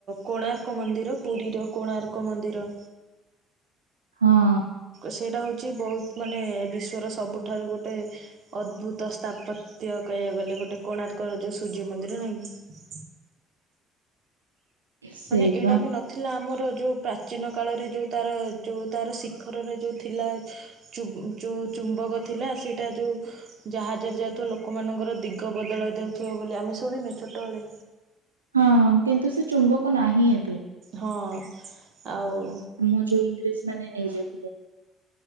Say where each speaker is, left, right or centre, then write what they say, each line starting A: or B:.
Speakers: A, on the right; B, on the right.
A: କୋଣାର୍କ ମନ୍ଦିର, ପୁରୀର କୋଣାର୍କ ମନ୍ଦିର।
B: ହଁ।
A: ସେଇଟା ହେଉଛି ବହୁତ, ମାନେ ବିଶ୍ୱର ସବୁଠାରୁ ଗୋଟେ ଅଦ୍ଭୁତ ସ୍ଥାପତ୍ୟ କହିବାକୁ ଗଲେ, ଗୋଟେ କୋଣାର୍କ ଯୋଉ ସୂର୍ଯ୍ୟ ମନ୍ଦିର ନାହିଁ କିି।
B: ସେଇପା।
A: ମାନେ ଏଇଟା ବି ନଥିଲା ଆମର ଯୋଉ ପ୍ରାଚୀନ କାଳରେ ଯୋଉ ତାର, ଯୋଉ ତାର ଶିଖରରେ ଯୋଉ ଥିଲା ଚୁ- ଚୁ ଚୁମ୍ବକ ଥିଲା, ସେଇଟା ଯୋଉ ଜାହାଜରେ ଯାଉଥିବା ଲୋକମାନଙ୍କର ଦିଗ ବଦଳାଇ ଦେଉଥିବ ବୋଲି, ଆମେ ଶୁଣିନେ ଛୋଟବେଳେ?
B: ହଁ କିନ୍ତୁ ସେ ଚୁମ୍ବକ ନାହିଁ ଏବେ।
A: ହଁ ଆଉ
B: ଆମ ଯୋଉ ଇଂରେଜ ମାନେ ନେଇଯାଇଥିଲେ।